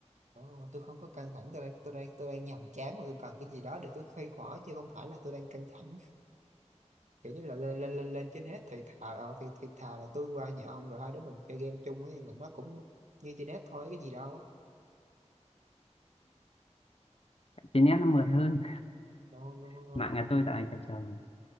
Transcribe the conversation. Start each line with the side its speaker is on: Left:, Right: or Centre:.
Right: Đó, tôi không có căng thẳng tôi đang tôi đang tôi đang nhàm chán mà tôi cần cái gì đó để tôi khuây khỏa chứ không phải là tôi đang căng thẳng kiểu như là lên lên lên, lên trên hết thì thà ờ, thì thì thà là tôi qua nhà ông rồi hai đứa mình chơi game chung ấy là nó cũng như trên hết thôi cái gì đâu
Left: chơi net nó mượt hơn
Right: no no
Left: <laughs>
Right: no
Left: mạng
Right: no
Left: nhà tôi dạo này chập chờn